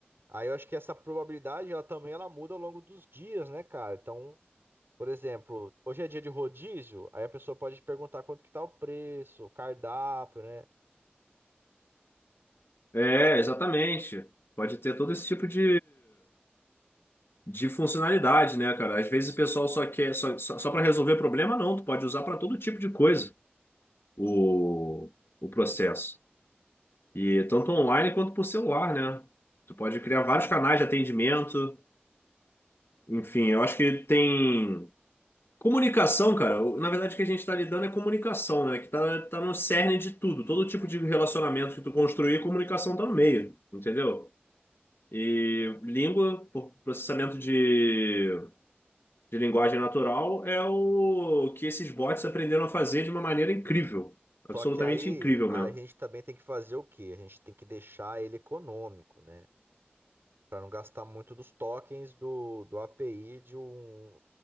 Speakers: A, on the right; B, on the left.
A: Aí eu acho que essa probabilidade, ela também ela muda ao longo dos dias, né, cara? Então, por exemplo, hoje é dia de rodízio, aí a pessoa pode perguntar quanto que tá o preço, o cardápio, né?
B: É, exatamente. Pode ter todo esse tipo de. de funcionalidade, né, cara? Às vezes o pessoal só quer só, só, só para resolver problema, não. Tu pode usar para todo tipo de coisa o, o processo. E tanto online quanto por celular, né? Tu pode criar vários canais de atendimento. Enfim, eu acho que tem comunicação, cara. O- Na verdade, o que a gente está lidando é comunicação, né? Que tá, tá no cerne de tudo. Todo tipo de relacionamento que tu construir, comunicação tá no meio, entendeu? E língua, por processamento de de linguagem natural é o que esses bots aprenderam a fazer de uma maneira incrível. Absolutamente
A: Só que aí
B: incrível
A: a
B: mesmo.
A: gente também tem que fazer o quê? A gente tem que deixar ele econômico, né? Para não gastar muito dos tokens do, do API de um,